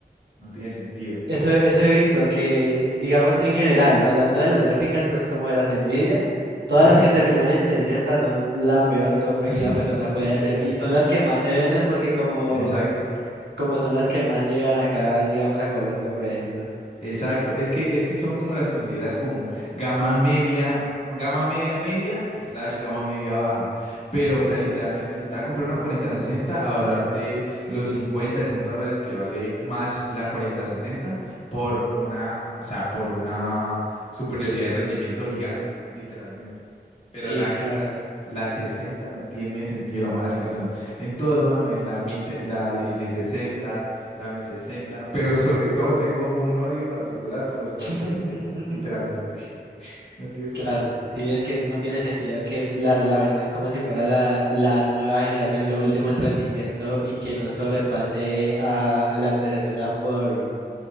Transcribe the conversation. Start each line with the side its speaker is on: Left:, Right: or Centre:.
Left: no tiene sentido.
Right: eso, eso he visto, que digamos en general, hablando de las gráficas, pues como de las de Nvidia, todas
Left: Ujú.
Right: las que terminan en 60 son la peor compra
Left: <laughs>
Right: que una persona puede
Left: Literal.
Right: hacer y son las que más se venden porque como,
Left: Exacto.
Right: como son las que más llegan acá, digamos a Colombia, por ejemplo.
Left: Exacto, es que, es que son como las consideras como gama media, o gama media media, slash gama media baja. Pero, o sea, literalmente, si te vas a comprar una 4060, ahorrarte los 50, 60 dólares que vale más la 4070 por una, o sea, por una superioridad en rendimiento gigante, literalmente. Pero
Right: Sí,
Left: la-
Right: claro.
Left: las, las 60 no tiene sentido lo malas que son. En todo, mano, en la, 1000 se- la 1660. La mil sesenta pero sobre todo tengo un odio particular por las cuarenta
Right: <laughs>
Left: sesenta literalmente. <laughs> No tiene sentido.
Right: Claro, sí, es que no tiene sentido que la, la vendan como si fuera la, la nueva generación, lo último en rendimiento y que no sobrepase a, a la antecesora por